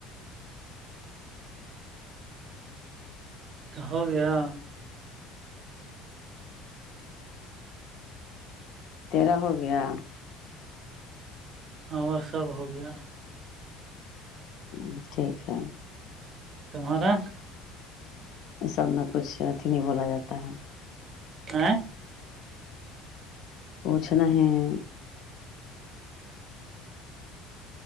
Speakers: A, on the right; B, on the left.
A: تو ہو گیا
B: تیرہ ہو گیا
A: ہمر سب ہو گیا
B: ہ ٹھیک ہے
A: تمہارا
B: یہ سب میں کچھ اتھی نہیں بولا جاتا ہے
A: آ
B: کچھ نہیں